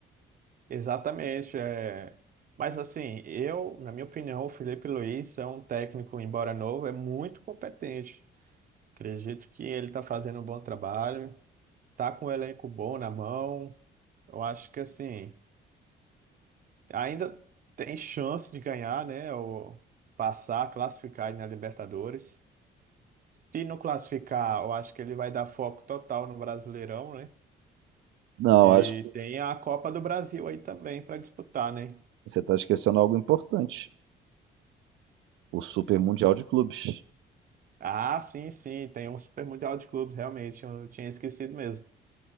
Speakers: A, on the right; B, on the right.
A: Exatamente, é. Mas assim, eu, na minha opinião, o Felipe Luiz é um técnico, embora novo, é muito competente. Acredito que ele está fazendo um bom trabalho, tá com o elenco bom na mão. Eu acho que assim, ainda tem chance de ganhar, né? Ou passar, classificar na Libertadores. Se não classificar, eu acho que ele vai dar foco total no Brasileirão, né?
B: Não,
A: E
B: acho que
A: tem a Copa do Brasil aí também para disputar, né?
B: você está esquecendo algo importante. O Super Mundial de Clubes.
A: Ah, sim, sim, tem um Super Mundial de Clubes, realmente, eu tinha esquecido mesmo.